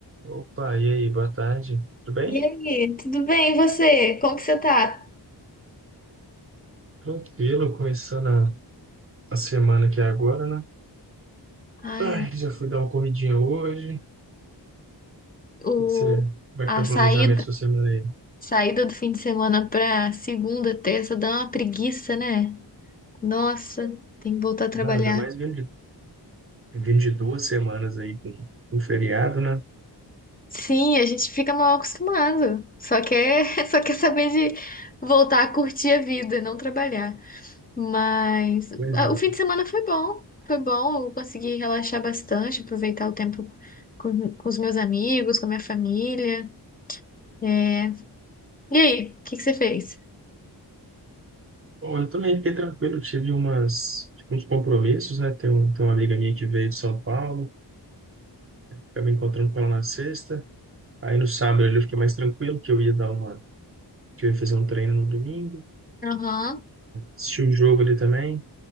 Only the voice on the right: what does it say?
Opa, e aí, boa tarde. Tudo bem?
Tranquilo, começando a, a semana aqui agora, né?
Ai, já fui dar uma corridinha hoje. O
que que você, como
é que tá o
planejamento da sua semana aí?
Não, ainda mais vindo de, vindo de duas semanas aí com com feriado, né?
Pois
é.
Bom, eu também fiquei tranquilo, tive umas, tipo, uns compromissos, né? Tem, um, tem uma amiga minha que veio de São Paulo, acabei encontrando com ela na sexta. Aí no sábado ali eu fiquei mais tranquilo, que eu ia dar uma, que eu ia fazer um treino no domingo,
assisti o jogo ali também.